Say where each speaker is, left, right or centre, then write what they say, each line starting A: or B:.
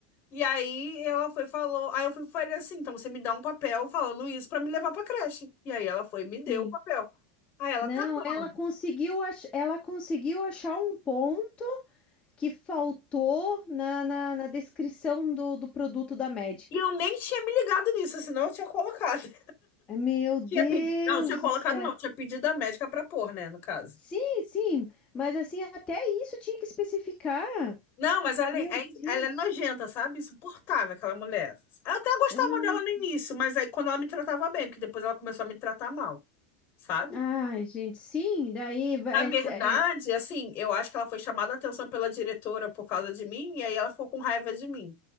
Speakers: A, on the left (about 40°); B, on the left (about 20°).
A: E aí ela foi e falou, aí eu fui falei assim, então você me dá um papel falando isso para me levar para creche. E aí ela foi e me deu
B: sim.
A: o papel. Aí ela
B: Não,
A: tá
B: ela
A: bom.
B: conseguiu, ach- ela conseguiu achar um ponto que faltou na, na, na descrição do, do produto da médica.
A: E eu nem tinha me ligado nisso, senão eu tinha colocado.
B: Ai, Meu Deus
A: Tinha pedido, não, tinha colocado
B: do céu.
A: não, tinha pedido a médica pra pôr, né, no caso.
B: Sim, sim, mas assim, até isso tinha que especificar.
A: Não, mas ela
B: Meu
A: é, é-
B: Deus.
A: ela é nojenta, sabe? Insuportável, aquela mulher. Eu até gostava
B: Ah,
A: dela no início, mas aí quando ela me tratava bem, porque depois ela começou a me tratar mal, sabe?
B: ai, gente, sim, daí vai.
A: Na verdade,
B: é- é-
A: assim, eu acho que ela foi chamada a atenção pela diretora por causa de mim, e aí ela ficou com raiva de mim.